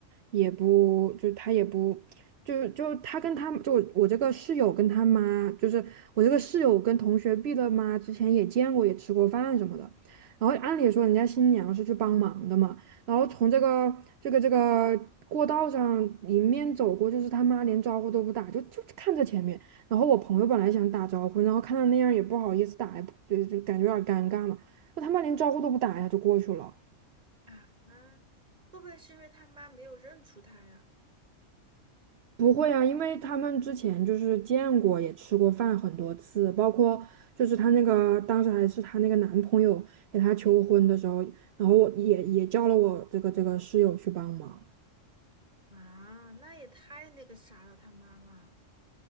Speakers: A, on the right (about 60°); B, on the right (about 35°).
A: 也不就他也不就就他跟他就我我这个室友跟他妈，就是我这个室友跟同学毕了妈之前也见过，也吃过饭什么的。然后按理说人家新娘是去帮忙的嘛，然后从这个这个这个过道上迎面走过，就是他妈连招呼都不打，就就看着前面。然后我朋友本来想打招呼，然后看他那样儿也不好意思打，也不就就感觉有点儿尴尬嘛。那他妈连招呼都不打呀，就过去了。
B: 啊？啊会不会是因为他妈没有认出他呀？
A: 不会啊，因为他们之前就是见过，也吃过饭很多次，包括就是她那个当时还是她那个男朋友给她求婚的时候，然后我也也叫了我这个这个室友去帮忙。
B: 啊，那也太那个啥了，他妈妈。